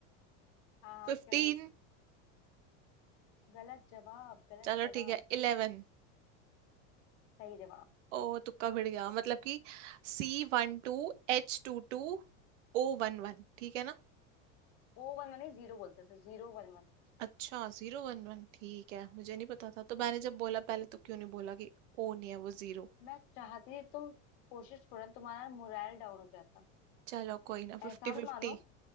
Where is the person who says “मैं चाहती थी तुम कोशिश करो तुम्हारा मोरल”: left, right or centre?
Left